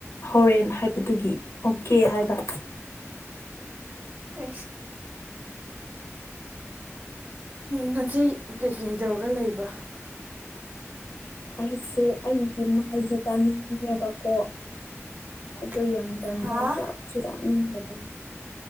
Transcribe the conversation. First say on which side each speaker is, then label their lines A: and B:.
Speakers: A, on the left; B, on the right.
A: ꯍꯧꯣꯔꯦꯟ ꯍꯥꯏꯕꯗꯨꯒꯤ ꯑꯣꯀꯦ ꯍꯥꯏꯕ
B: ꯑ ꯉꯁꯤ ꯀꯩꯀꯩ ꯇꯧꯔꯒ ꯂꯩꯕ꯭ꯔ
A: ꯑꯩꯁꯦ ꯑꯩꯒꯤ ꯃꯥꯏꯁ ꯆꯥꯅꯤꯡꯉꯦꯕꯀꯣ
B: <unintelligible>
A: ꯑꯣꯏ ꯌꯥꯝ ꯇꯟꯕ
B: ꯍꯥꯥ
A: ꯆꯥꯛꯁꯨ ꯆꯥꯅꯤꯡꯉꯦ ꯑꯗꯨꯝ